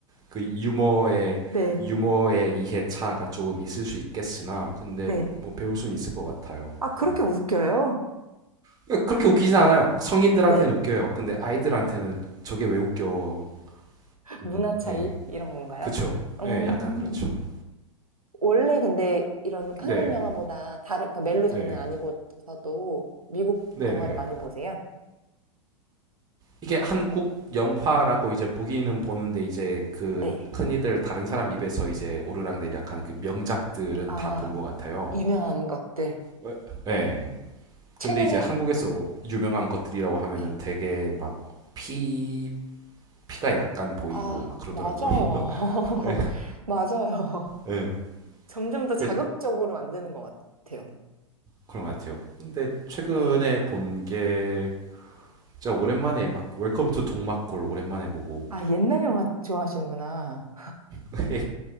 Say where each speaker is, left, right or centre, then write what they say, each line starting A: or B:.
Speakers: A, on the right; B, on the right.
A: 그 유머의
B: 네,
A: 유머의 이해차가 조금 있을 수 있겠으나, 근데
B: 네.
A: 뭐 배울 수는 있을 것 같아요.
B: 아, 그렇게
A: 예.
B: 웃겨요?
A: 그러니까 그렇게 웃기진 않아요. 성인들한테는
B: 네.
A: 웃겨요. 근데 아이들한테는 저게 왜 웃겨? 음,
B: 문화 차이?
A: 예,
B: 이런 건가요?
A: 그쵸.
B: 음,
A: 예, 약간 그렇죠.
B: 원래 근데 이런 한국
A: 네,
B: 영화보다 다른, 그러니까 멜로
A: 네,
B: 장르 아니고서도 미국
A: 네네.
B: 영화를 많이 보세요?
A: 이게 한국 영화라고 이제 보기는 보는데 이제 그
B: 네.
A: 흔히들 다른 사람 입에서 이제 오르락내리락 하는 그 명작들은
B: 아,
A: 다 본 것 같아요.
B: 유명한 것들.
A: 왜? 네.
B: 최근에,
A: 근데 이제 한국에서 유명한 것들이라고 하면은
B: 네.
A: 되게 막 피, 피가 약간 보이고
B: 아,
A: 막 그러더라고요.
B: 맞아요.
A: <laughs> 예.
B: <laughs> 맞아요.
A: 예.
B: 점점 더
A: 그
B: 자극적으로 만드는 것 같아요.
A: 그런 것 같아요. 근데 최근에
B: 네.
A: 본 게 진짜 오랜만에 막 웰컴 투 동막골 오랜만에 보고
B: 아, 옛날 영화 좋아하시는구나.
A: 근데